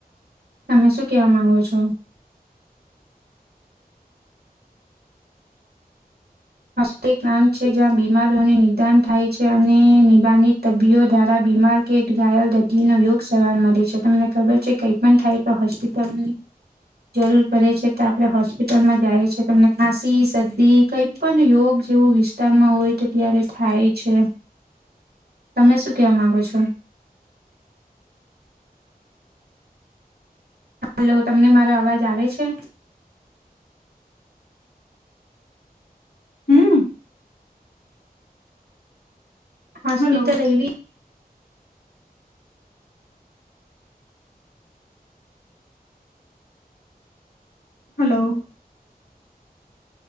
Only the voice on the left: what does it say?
હમ્મ.
હલો
હલો.